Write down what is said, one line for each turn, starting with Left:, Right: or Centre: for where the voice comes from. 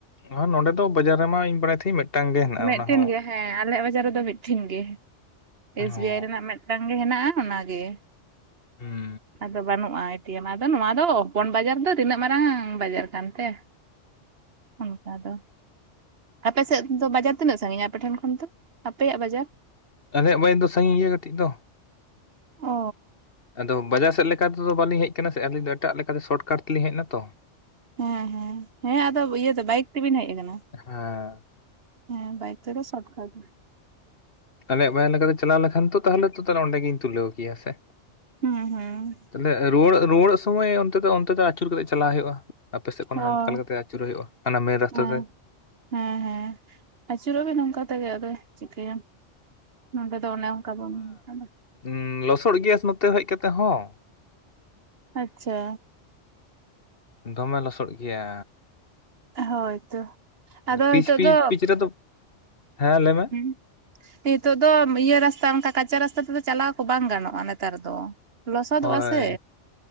Left: ᱦᱚᱸ ᱱᱚᱰᱮ ᱫᱚ ᱵᱟᱡᱟᱨ ᱨᱮᱢᱟ ᱤᱧ ᱵᱟᱲᱟᱭ ᱛᱟᱦᱮᱸ ᱤᱧ ᱢᱤᱫᱴᱟᱝ ᱜᱮ ᱦᱮᱱᱟᱜᱼᱟ
Right: ᱢᱤᱫᱴᱮᱱ
Left: ᱚᱱᱟ ᱦᱚᱸ
Right: ᱜᱮ ᱦᱮᱸ ᱟᱞᱮᱭᱟᱜ ᱵᱟᱡᱟᱨ ᱨᱮᱫᱚ ᱢᱤᱫᱴᱷᱮᱱ ᱜᱮ ᱮᱥ
Left: ᱚ
Right: ᱵᱤ ᱟᱭ ᱨᱮᱱᱟᱜ ᱢᱤᱫᱴᱟᱝ ᱜᱮ ᱦᱮᱱᱟᱜᱼᱟ ᱚᱱᱟ ᱜᱮ
Left: ᱦᱩᱸ
Right: ᱟᱫᱚ ᱵᱟᱹᱱᱩᱜᱼᱟ ᱛᱤᱭᱮᱢ ᱱᱚᱣᱟ ᱫᱚ ᱦᱚᱯᱚᱱ ᱵᱟᱡᱟᱨ ᱫᱚ ᱛᱤᱱᱟᱹᱜ ᱢᱟᱨᱟᱝ ᱵᱟᱡᱟᱨ ᱠᱟᱱᱛᱮ ᱚᱱᱠᱟ ᱫᱚ, ᱟᱯᱮᱥᱮᱫ ᱫᱚ ᱵᱟᱡᱟᱨ ᱛᱤᱱᱟᱹᱜ ᱥᱟᱺᱜᱤᱧᱟ? ᱟᱯᱮᱴᱷᱮᱱ ᱠᱷᱚᱱ ᱫᱚ ᱟᱯᱮᱭᱟᱜ ᱵᱟᱡᱟᱨ᱾
Left: ᱟᱞᱮᱭᱟᱜ ᱵᱟᱹᱭ ᱫᱚ ᱥᱟᱺᱜᱤᱧ ᱜᱮᱭᱟ ᱠᱟᱹᱴᱤᱡ ᱫᱚ
Right: ᱚᱻ
Left: ᱟᱫᱚ ᱵᱟᱡᱟᱨ ᱥᱮᱫ ᱞᱮᱠᱟ ᱛᱮᱫᱚ ᱵᱟᱞᱤᱧ ᱦᱮᱡ ᱟᱠᱟᱱᱟ ᱥᱮ ᱟᱹᱞᱤᱧ ᱫᱚ ᱮᱴᱟᱜ ᱞᱮᱠᱟᱛᱮ ᱥᱚᱨᱴ ᱠᱟᱴ ᱛᱮᱞᱤᱧ ᱦᱮᱡ ᱮᱱᱟ ᱛᱚ
Right: ᱦᱮᱸ ᱦᱮᱸ, ᱦᱮᱸ ᱟᱫᱚ ᱤᱭᱟᱹ ᱫᱚ ᱵᱟᱭᱤᱠ ᱛᱮᱵᱤᱱ ᱦᱮᱡ ᱟᱠᱟᱱᱟ?
Left: ᱦᱮᱸᱻ
Right: ᱦᱮᱸ ᱵᱟᱭᱤᱠ ᱛᱮᱫᱚ ᱥᱚᱴ ᱠᱷᱟᱴ
Left: ᱟᱞᱮᱭᱟᱜ ᱵᱟᱭᱟ ᱞᱮᱠᱟᱛᱮ ᱪᱟᱞᱟᱣ ᱞᱮᱠᱷᱟᱱ ᱛᱚ ᱛᱟᱦᱞᱮ ᱛᱚ ᱚᱸᱰᱮ ᱜᱮᱞᱤᱧ ᱛᱩᱞᱟᱹᱣ ᱠᱮᱭᱟ ᱥᱮ,
Right: ᱦᱩᱸ ᱦᱩᱸ
Left: ᱛᱟᱦᱞᱮ ᱨᱩᱣᱟᱹᱲᱚᱜ ᱨᱩᱣᱟᱹᱲᱚᱜ ᱥᱚᱢᱚᱭ ᱚᱱᱛᱮ ᱫᱚ ᱚᱱᱛᱮ ᱫᱚ ᱟᱹᱪᱩᱨ ᱠᱟᱛᱮᱜ ᱪᱟᱞᱟᱜ ᱦᱩᱭᱩᱜᱼᱟ᱾ ᱟᱯᱮ ᱥᱮᱫ ᱠᱷᱚᱱᱚ
Right: ᱦᱚᱸ
Left: ᱦᱟᱱᱠᱟ ᱞᱮᱠᱟᱛᱮ ᱟᱹᱪᱩᱨᱚᱜ ᱦᱩᱭᱩᱜᱼᱟ ᱚᱱᱟ ᱢᱮᱱ ᱨᱟᱥᱛᱟ
Right: ᱦᱮᱸ
Left: ᱛᱮ᱾
Right: ᱦᱮᱸ ᱦᱮᱸ ᱟᱹᱪᱩᱨᱚᱜ ᱵᱤᱱ ᱱᱚᱝᱠᱟ ᱛᱮᱜᱮ ᱟᱫᱚ ᱪᱤᱠᱟᱭᱟᱢ ᱱᱚᱸᱰᱮ ᱫᱚ ᱚᱱᱮ ᱚᱝᱠᱟ ᱵᱚᱱᱫᱚ ᱠᱟᱱ ᱫᱚ᱾
Left: ᱦᱚᱸᱻ ᱞᱚᱥᱚᱫ ᱜᱮᱭᱟ ᱱᱚᱛᱮ ᱦᱮᱡ ᱠᱟᱛᱮᱜ ᱦᱚᱸ
Right: ᱟᱪᱪᱷᱟ
Left: ᱫᱚᱢᱮ ᱞᱚᱥᱚᱫ ᱜᱮᱭᱟ᱾
Right: ᱦᱳᱭ ᱛᱚ ᱟᱫᱚ
Left: ᱯᱤᱪ
Right: ᱱᱤᱛᱚᱜ
Left: ᱯᱤᱪ
Right: ᱫᱚ
Left: ᱯᱤᱪ ᱨᱮᱫᱚ ᱦᱮᱸ ᱞᱟᱹᱭ ᱢᱮ
Right: ᱦᱩᱸ ᱱᱤᱛᱚᱜ ᱫᱚ ᱤᱭᱟᱹ ᱨᱟᱥᱛᱟ ᱚᱱᱠᱟ ᱠᱟᱪᱟ ᱨᱟᱥᱛᱟ ᱛᱮᱫᱚ ᱪᱟᱞᱟᱣ ᱠᱚ ᱵᱟᱝ ᱜᱟᱱᱚᱜᱼᱟ ᱱᱮᱛᱟᱨ ᱫᱚ ᱞᱚᱥᱚᱫᱚᱜᱼᱟ
Left: ᱦᱳᱭ
Right: ᱥᱮ,